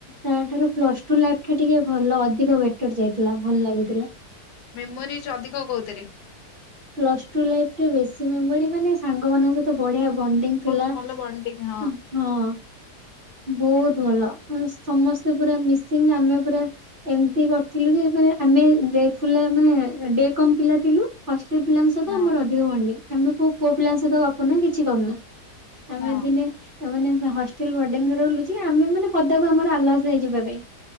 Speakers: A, on the right (about 45°); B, on the left (about 75°).
A: ତାଠାରୁ, ପ୍ଲସ ଟୁ ଲାଇଫଟା ଟିକେ ଭଲ ଅଧିକ ବେଟ ଟର ଯାଇଥିଲା, ଭଲ ଲାଗିଥିଲା।
B: ମେମୋରିଜ ଅଧିକ କୋଉଥିରେ।
A: ପ୍ଲସଟୁ ଲାଇଫରେ ବେଶୀ ମେମୋରି ମାନେ, ସାଙ୍ଗମାନଙ୍କ ସହି ତ ବଢିଆ ବଣ୍ଡିଙ୍ଗ ଥିଲା
B: ବହୁତ ଭଲ ବଣ୍ଡିଙ୍ଗ
A: ହଁ। ବହୁତ ଭଲ ସମସ୍ତେ ପୁରା ମିସିଙ୍ଗ ଆମେ ପୁରା ଏମିତି କରିଥିଲୁ କି, ମାନେ ଆମେ ଡେକୁଲା ମାନେ ଡେ କମ ପିଲା ଥିଲୁ। ହଷ୍ଟେଲ ପିଲାଙ୍କ ସହିତ
B: ହଁ
A: ଆମର ଅଧିକ ବଣ୍ଡିଙ୍ଗ ଆମେ କୋଉ ପୁଅ ପିଲାଙ୍କ ସହିତ ଗପୁନା କିଛି କରୁନା। ଆମେ
B: ହଁ
A: ଦିନେ, ମାନେ ହଷ୍ଟେଲ ୱାଡେନ ଗାଡି ବୁଲୁଚି। ଆମେ, ମାନେ ପଦାକୁ, ଆମର ଆଲାସ ନାହିଁ ଯିବା ପାଇଁ।